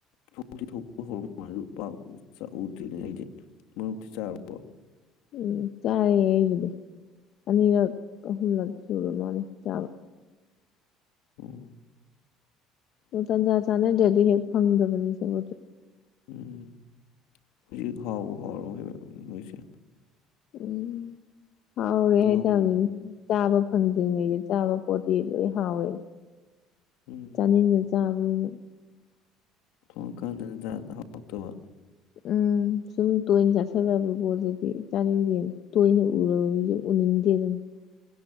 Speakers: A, on the left; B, on the left.
A: ꯊꯣꯛꯇꯤ ꯊꯣꯛꯄ ꯍꯣꯔꯕ ꯃꯥꯜꯂꯤ ꯄꯥ ꯆꯥ ꯎꯗ꯭ꯔꯤ ꯍꯥꯏꯗꯤ ꯃꯔꯨꯞꯇꯤ ꯆꯥꯔꯕꯣ
B: ꯎꯝ ꯆꯥꯔꯦ ꯑꯩꯕꯨꯗꯤ ꯑꯅꯤꯔꯛ ꯑꯍꯨꯝꯂꯛ ꯁꯨꯔ ꯃꯥꯜꯂꯦ ꯆꯥꯕ꯫
A: ꯎꯝ꯫
B: ꯇꯟꯖꯥ ꯆꯥꯟꯅꯗ꯭ꯔꯦ ꯑꯗꯨꯒꯤꯅꯤ꯫ ꯐꯪꯗꯕꯅꯤ ꯁꯦꯕꯣꯠꯁꯨ
A: ꯎꯝ ꯍꯧꯖꯤꯛ ꯍꯥꯎꯕꯨ ꯍꯥꯎꯔꯕꯣ ꯁꯦꯕꯣꯠꯁꯦ
B: ꯎꯝ꯫ ꯍꯥꯎꯏ ꯍꯥꯏ
A: ꯅꯧꯔꯤ
B: ꯇꯅꯤꯅꯦ ꯆꯥꯕ ꯐꯪꯗ꯭ꯔꯤꯉꯩꯗ ꯆꯥꯕ ꯄꯣꯠꯇꯤ ꯂꯣꯏ ꯍꯥꯎꯋꯦ
A: ꯎꯝ
B: ꯆꯥꯅꯤꯡꯉ ꯆꯥꯕꯅꯤꯅ
A: ꯊꯣꯡꯀꯥꯟꯗ ꯏꯖꯥꯡꯗ ꯍꯥꯎꯇꯕ
B: ꯎꯝ ꯁꯨꯝ ꯇꯣꯏꯅ ꯆꯥꯁꯤꯜꯂꯛꯑꯕ ꯄꯣꯠꯇꯨꯗꯤ ꯆꯥꯅꯤꯡꯗꯦꯅ ꯇꯣꯏꯅ ꯎꯔꯕ ꯃꯤꯁꯨ ꯎꯅꯤꯡꯗꯦ ꯑꯗꯨꯅꯤ